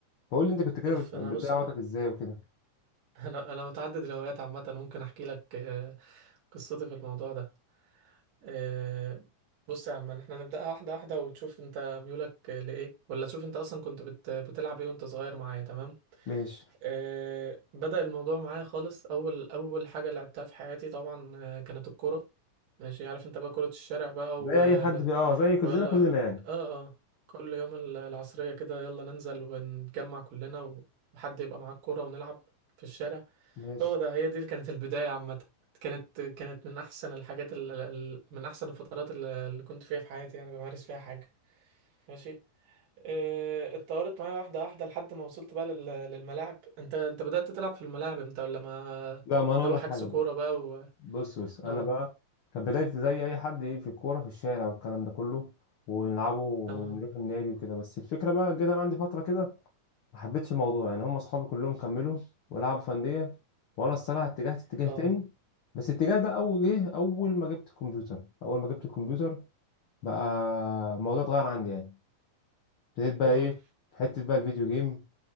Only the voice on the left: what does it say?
فقول لي انت كنت كده
بت-
بتضيع
وقتك ازاي وكده
ماشي
زي
اي حد في اه زي كلنا
كلنا يعني
ماشي
لا ما انا
اقول
لك
حاجه
بقى
بص بص انا
بقى كانت بدايتي زي اي حد ايه في الكوره في الشارع والكلام ده كله ونلعبه ونروح
النادي وكده بس الفكره بقى جيت انا عندي فتره كده ما حبيتش الموضوع يعني هم اصحابي كلهم كملوا ولعبوا في انديه وانا الصراحه اتجهت اتجاه
تاني بس الاتجاه ده اول جه اول ما جبت الكمبيوتر اول ما جبت الكمبيوتر بقى الموضوع اتغير عندي يعني ابتديت بقى
ايه في حته بقى الفيديو جيم